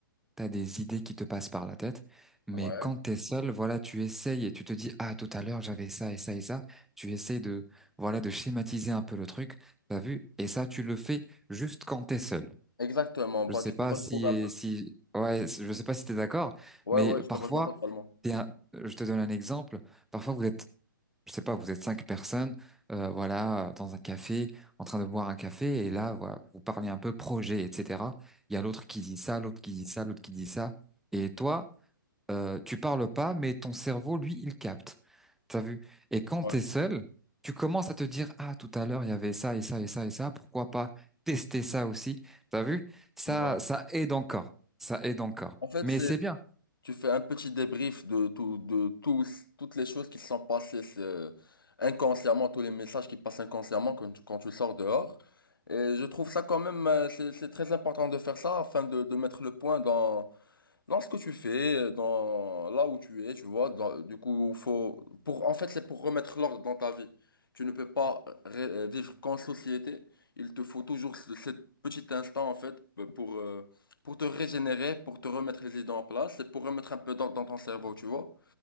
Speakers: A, in the centre; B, on the left.
A: t'as des idées qui te passent par la tête, mais
B: Ouais,
A: quand t'es seul, voilà, tu essayes et tu te dis, ah, tout à l'heure, j'avais ça et ça et ça. Tu essayes de, voilà, de schématiser un peu le truc, t'as vu? Et ça, tu le fais juste quand t'es seul.
B: exactement. Bah,
A: Je sais
B: tu
A: pas
B: te retrouves
A: si,
B: un peu.
A: si, ouais, je sais pas si t'es d'accord,
B: Ouais,
A: mais
B: ouais, je te
A: parfois,
B: rejoins totalement.
A: t'es un- je te donne un exemple. Parfois, vous êtes je sais pas, vous êtes cinq personnes, euh, voilà, dans un café, en train de boire un café, et là, voilà, vous parlez un peu projet, etc. Il y a l'autre qui dit ça, l'autre qui dit ça, l'autre qui dit ça, et toi, euh, tu parles pas, mais ton cerveau, lui, il capte. T'as vu? Et quand
B: Ouais,
A: t'es seul, tu commences à te dire, ah, tout à l'heure, il y avait ça et ça et ça et ça, pourquoi pas tester ça aussi? T'as vu? Ça,
B: ouais.
A: ça aide encore. Ça aide encore.
B: En fait,
A: Mais
B: c'est,
A: c'est bien.
B: tu fais un petit débrief de tout, de tous, toutes les choses qui se sont passées c'est, inconsciemment, tous les messages qui passent inconsciemment quand tu, quand tu sors dehors. Et je trouve ça quand même, euh, c'est, c'est très important de faire ça afin de, de mettre le point dans, Dans ce que tu fais, euh, dans là où tu es, tu vois, dans- du coup, faut pour en fait, c'est pour remettre l'ordre dans ta vie. Tu ne peux pas ré- euh, vivre qu'en société. Il te faut toujours ce cet petit instant en fait euh, pour euh, pour te régénérer, pour te remettre les idées en place et pour remettre un peu d'ordre dans ton cerveau, tu vois.